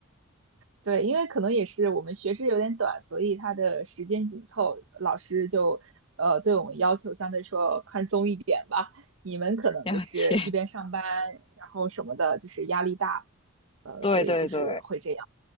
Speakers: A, on the right; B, on the left.
A: 对，因为可能也是我们学制有点短，所以它的时间紧凑，老师就呃对我们要求相对说宽松一点吧。你们可能就是一边上班，
B: 了解。
A: 然后什么的，就是压力大，
B: <laughs>
A: 呃，
B: 对对对，
A: 所以就是会这样。